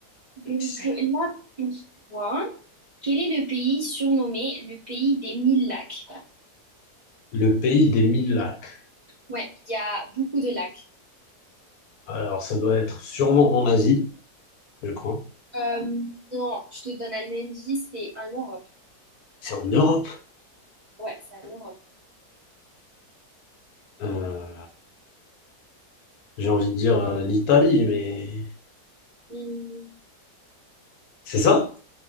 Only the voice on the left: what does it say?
Nice.
Le pays des mille lacs.
Alors, ça doit être sûrement en Asie, je crois.
C'est en Europe.
Euh, j'ai envie de dire euh, l'Italie, mais
c'est ça?